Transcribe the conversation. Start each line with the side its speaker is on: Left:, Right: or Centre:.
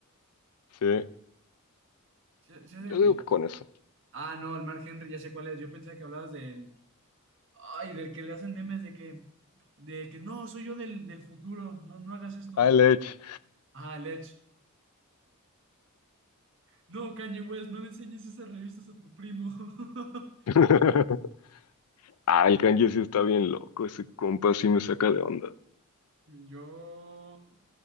Left: Sí,
Right: ¿Sí, sí es
Left: yo
Right: el que?
Left: digo que con eso.
Right: Ah, no, el Mark Henry, ya sé cuál es. Yo pensaba que hablabas del. Ay, del que le hacen memes de que. De que no, soy yo del, del futuro. No, no hagas esto.
Left: Al Edge.
Right: Ah, el Edge. No, Kanye West, no le enseñes esas revistas a tu primo. <laughs>
Left: <laughs> Ah, el Kanye sí está bien loco, ese compa sí me saca de onda.
Right: Yo.